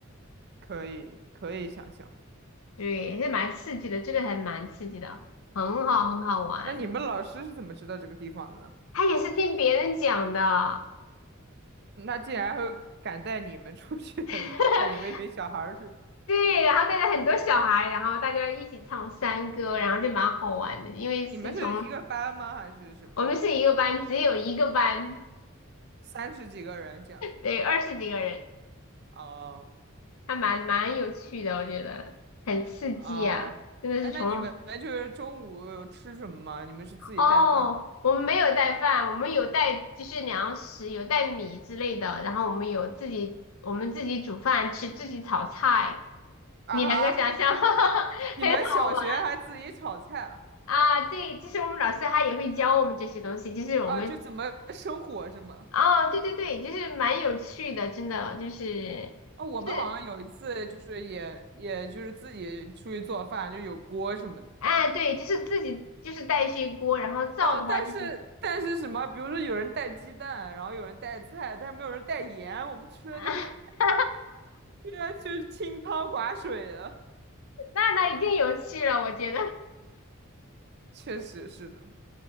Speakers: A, on the right; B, on the left.
A: 可以，可以想象。
B: 对，也是蛮刺激的，这个还蛮刺激的，很好很好玩。
A: 那你们老师是怎么知道这个地方的呢？
B: 他也是听别人讲的。
A: 那竟然还会敢带你们出去，<laughs>
B: <laughs>
A: 带你们一群小孩儿去？
B: 对，然后带着很多小孩，然后大家一起唱山歌，然后就蛮好玩的。因为是从
A: 你们是一个班吗？还是什么？
B: 我们是一个班，只有一个班，
A: 三十几个人这样？
B: 对，二十几个人，
A: 哦
B: 还蛮蛮有趣的，我觉得很刺激啊！
A: 哦，
B: 真的是从
A: 哎，那你们就是中午有吃什么吗？你们是自己带饭吗？
B: 哦，我们没有带饭，我们有带就是粮食，有带米之类的，然后我们有自己我们自己煮饭吃，自己炒菜，
A: 啊哈，
B: 你能够想象吗？<laughs>
A: 你们小学还自己炒菜啊？
B: 很好。玩啊，对，就是我们老师他也会教我们这些东西，就是我们
A: 啊，就怎么生火是吗？
B: 哦，对对对，就是蛮有趣的，真的就是就是
A: 啊，我们好像有一次就是也也就是自己出去做饭，就有锅什么的。
B: 哎，对，就是自己就是带一些锅，然后造的话就是
A: 哦，但是但是什么，比如说有人带鸡蛋，然后有人带菜，但是没有人带盐，我们吃的就
B: 啊，<laughs>
A: <laughs> 吃的就是清汤寡水的。
B: 那那一定有趣了，我觉得
A: 确实是的，